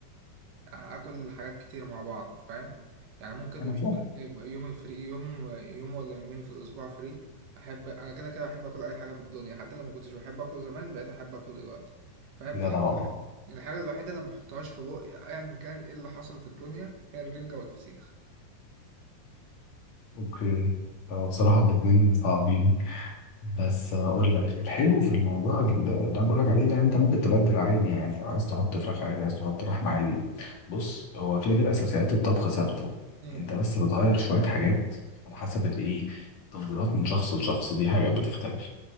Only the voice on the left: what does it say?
أنا فاهم
جدع
والله
أوكي هو بصراحة الاتنين صعبين بس أقول لك الحلو في الموضوع ال- اللي أنا بقول لك عليه ده أنت ممكن تبدل عادي يعني أنت عايز تحط فراخ عادي عايز تحط لحمة عادي بص هو كده كده أساسيات الطبخ ثابتة
أنت بس بتغير شوية حاجات على حسب الإيه التفضيلات من شخص لشخص دي حاجات بتختلف